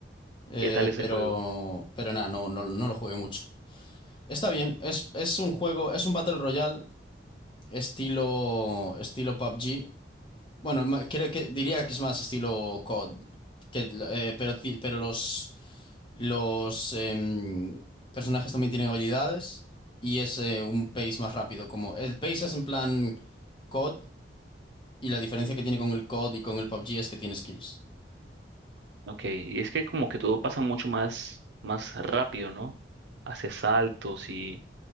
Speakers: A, on the left (about 30°); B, on the right (about 75°).
A: Eh,
B: ¿qué tal ese
A: pero.
B: juego?
A: Pero nada, no, no, no lo jugué mucho. Está bien, es, es un juego, es un Battle Royale estilo. estilo PUBG. Bueno, ma- creo que diría que es más estilo COD. Que, eh, pero, ti- pero los. Los em, personajes también tienen habilidades y es eh, un pace más rápido. Como el pace es en plan COD y la diferencia que tiene con el COD y con el PUBG es que tiene skills.
B: Ok, y es que como que todo pasa mucho más, más rápido, ¿no? Haces saltos y